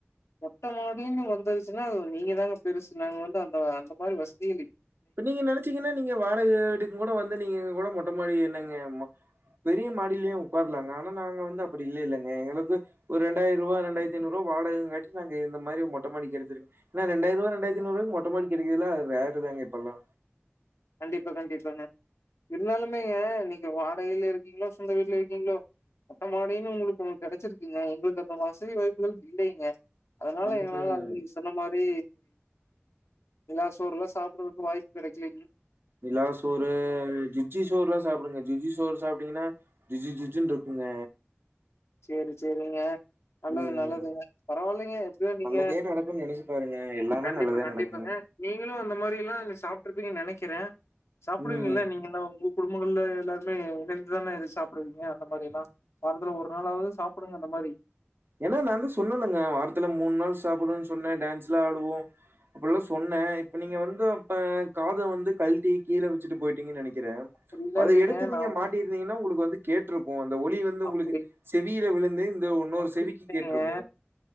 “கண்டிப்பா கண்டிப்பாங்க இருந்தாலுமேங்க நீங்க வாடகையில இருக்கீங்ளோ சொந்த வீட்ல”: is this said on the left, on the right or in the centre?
Left